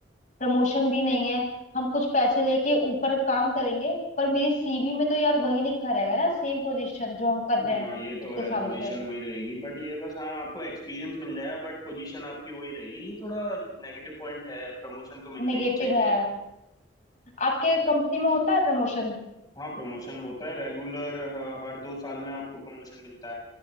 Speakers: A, on the left (about 40°); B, on the left (about 20°).
A: प्रमोशन भी नहीं है हम कुछ पैसे लेके ऊपर काम करेंगे पर मेरी सीवी में तो यार वही लिखा रहेगा ना सेम पोजीशन जो हम कर रहे
B: हाँ
A: हैं
B: ये
A: इतने
B: तो है
A: सालों
B: पोजीशन
A: से
B: वही रहेगी बट ये बस हाँ आपको एक्सपीरियंस मिल जाएगा बट पोजीशन आपकी वही रहेगी ये थोड़ा नेगेटिव पॉइंट है प्रमोशन तो मिलने
A: नेगेटिव
B: ही चाहिए
A: है आपके कंपनी में होता है प्रमोशन
B: हाँ प्रमोशन होता है रेगुलर हर दो साल में आपको प्रमोशन मिलता है